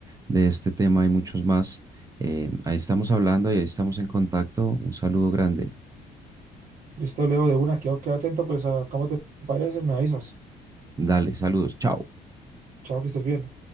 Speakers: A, on the right; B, on the right.
A: de este tema y muchos más. Eh, ahí estamos hablando y ahí estamos en contacto. Un saludo grande.
B: Listo, Leo, de una, quedo, queda atento, pues a cómo te parece, me avisas.
A: Dale, saludos. Chao.
B: Chao, que estés bien.